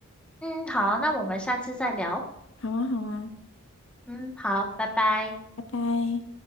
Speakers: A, in the centre; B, on the left.
A: 嗯，好，那我们下次再聊。
B: 好啊，好啊，
A: 嗯，好，拜拜。
B: 拜拜。